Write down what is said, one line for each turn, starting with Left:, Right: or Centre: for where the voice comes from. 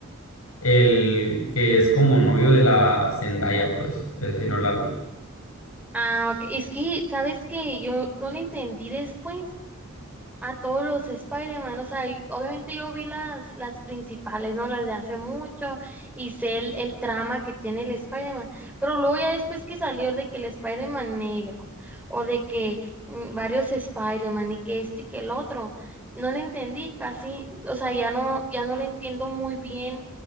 Left: El que es como novio de la Zendaya, pues, esa sí no la vi.
Centre: Ah, ok. Es que, ¿sabes qué? Yo no lo entendí después. a todos los Spider-Man, o sea, y obviamente yo vi las, las principales, ¿no? Las de hace mucho y sé el, el trama que tiene el Spider-Man, pero luego ya después que salió de que el Spider-Man negro o de que mm, varios Spider-Man y que este y que el otro, no le entendí casi, o sea, ya no, ya no le entiendo muy bien